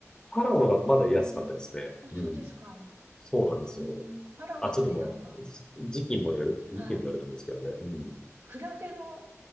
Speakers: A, on the left (about 15°); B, on the right (about 75°).
A: パラオの方がまだ安かったですね。
B: う。うん。お、そうですか。
A: うん。そうなんですよ。
B: うん、パラオってなんか、
A: あ、ちょっとまあ、時期もよる、時期にもよると思うんですけどね。
B: はい。
A: うん。
B: クラゲの